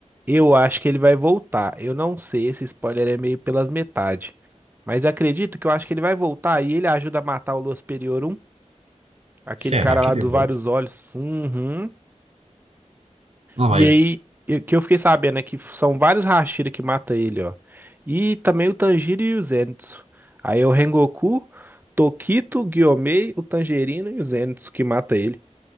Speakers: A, on the right; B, on the right.
A: Eu acho que ele vai voltar. Eu não sei, esse spoiler é meio pelas metades. Mas acredito que eu acho que ele vai voltar e ele ajuda a matar o Lua Superiorum, aquele
B: Será
A: cara
B: que
A: lá
B: ele
A: dos
B: volta?
A: vários olhos. Uhum.
B: Não,
A: E
B: mas
A: aí, eu- que eu fiquei sabendo é que são vários Hashira que mata ele, ó. E também o Tanjiro e o Zenitsu. Aí é o Rengoku, Tokito, Gyomei, o Tangerino e o Zenitsu que mata ele.